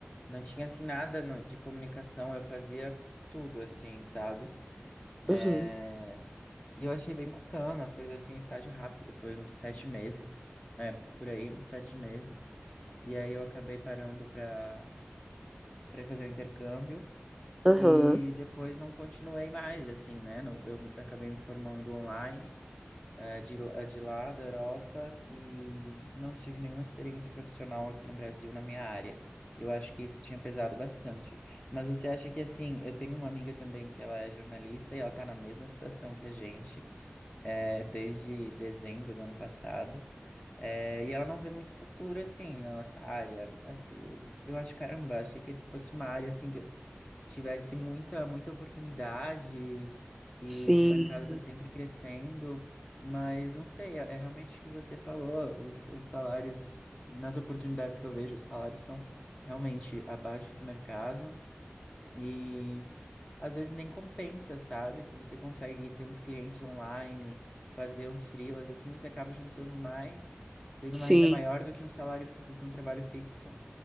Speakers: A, on the left (about 25°); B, in the centre.
A: não tinha assim nada no- de comunicação, eu fazia tudo assim, sabe? É,
B: Uhum.
A: E eu achei bem bacana, foi assim um estágio rápido, foi uns sete meses, é, por aí, uns sete meses. E aí eu acabei parando para para fazer o intercâmbio.
B: Aham.
A: E depois não continuei mais, assim, né? Não- Eu me- acabei me formando online, eh, de, eh, de lá, da Europa, e não tive nenhuma experiência profissional aqui no Brasil na minha área. E eu acho que isso tinha pesado bastante. Mas você acha que, assim, eu tenho uma amiga também que ela é jornalista e ela tá na mesma situação que a gente, eh, desde dezembro do ano passado. É, e ela não vê muito futuro, assim, na nossa área. Assim, Eu, eu acho, caramba, achei que ele fosse uma área, assim, que, que tivesse muita, muita oportunidade e
B: Sim,
A: que o mercado está sempre crescendo. Mas, não sei, é, é realmente o que você falou, os, os salários, nas oportunidades que eu vejo, os salários são realmente abaixo do mercado. E às vezes nem compensa, sabe? Se você consegue ter uns clientes online, fazer uns freelas, assim você acaba juntando mais, tendo
B: sim,
A: uma renda maior do que um salário, fi- do que um trabalho fixo.